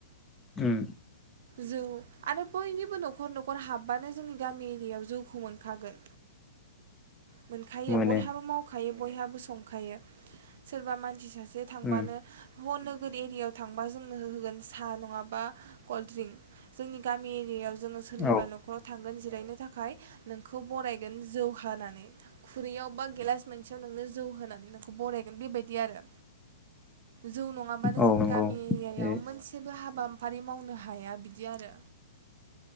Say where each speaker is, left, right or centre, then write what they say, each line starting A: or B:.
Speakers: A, on the left; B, on the right.
A: उम
B: जौ आरो बयनिबो न'खर न'खर हाबबानो जोंनि गामि एरियायाव जौखौ मोनखागोन। मोनखायो
A: मोनो
B: बयहाबो मावखायो बयहाबो संखायो सोरबा मान सि सासे थांबानो
A: उम
B: <unintelligible> एरियायाव थांबा जोंनो हो-होगोन सा नङाबा कल्ड ड्रिंक जोंनि गामि <unintelligible> जोङो सोरनिबा
A: औ
B: नखराव थांगोन जो बेरायनो थाखाय नोंखौ बरायगोन जौ हानानै खुरैयाव बा गेलास मोनसेयाव नोंनो जौ होनानै नोंखौ बरायगोन बेबायदि आरो जौ नङाबानो
A: औ
B: जोंनि
A: नंगौ
B: गामि एरियायाव
A: बे
B: मोनसेबो हाबा फारि मावनो हा हाया बिदि आरो